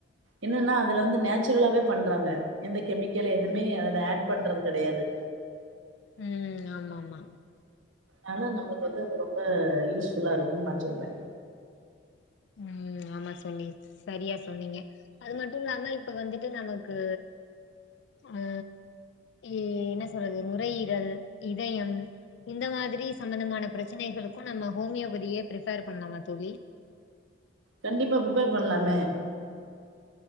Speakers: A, on the right; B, on the left.
A: என்னன்னா அதுலருந்து நேச்சுரலாவே பண்றாங்க எந்த கெமிக்கலே எதுவுமே அதுல ஆட் பண்றது கெடையாது
B: ம் ஆமா ஆமா
A: அதனால நம்ளுக்கு வந்து அது ரொம்ப யூஸ்ஃபுல்லா இருக்குனு நா சொல்வே
B: ம் ஆமா தோழி செரியா சொன்னீங்க அது மட்டு இல்லாம இப்ப வந்துட்டு நமக்கு ஆ எ என்ன சொல்றது நுரையீரல் இதயம் இந்த மாதிரி சம்பந்தமான பிரச்சனைகளுக்கு நம்ம ஹோமியோபதியே பிரிபேர் பண்ணலாமா தோழி
A: கண்டிப்பா பிரிப்பேர் பண்ணலாமே